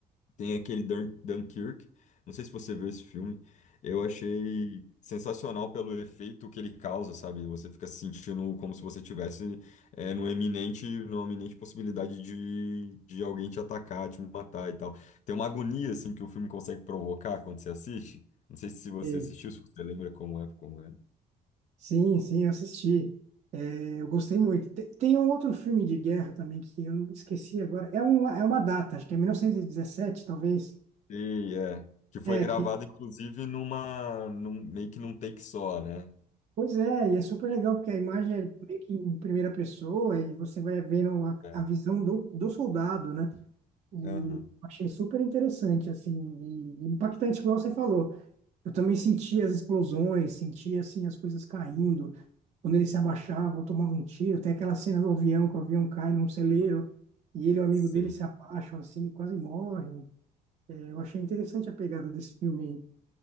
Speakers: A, on the left (about 45°); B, on the right (about 45°).
A: Tem aquele Dun- Dunkirk. Não sei se você viu esse filme. Eu achei sensacional pelo efeito que ele causa, sabe? Você fica se sentindo como se você tivesse é, num eminente numa eminente possibilidade de, de alguém te atacar, te matar e tal. Tem uma agonia assim que o filme consegue provocar quando você assiste. Não sei se você
B: Sim.
A: assistiu, se você lembra como é, como é.
B: Sim, sim, eu assisti. É, eu gostei muito. Tem, tem um outro filme de guerra também que eu não esqueci agora. É uma, é uma data, acho que é 1917, talvez.
A: E é que foi
B: É
A: gravado
B: que,
A: inclusive numa num, meio que num take só, né?
B: pois é, e é super legal porque a imagem é meio que em primeira pessoa e você vai vendo a,
A: É,
B: a visão do, do soldado, né? E eu
A: aham,
B: achei super interessante, assim, e impactante, igual você falou. Eu também sentia as explosões, sentia assim as coisas caindo. Quando ele se abaixava, eu tomava um tiro. Tem aquela cena do avião, que o avião cai num celeiro e ele e o amigo
A: Sim.
B: dele se abaixam assim, quase morrem. É, eu achei interessante a pegada desse filme. aí.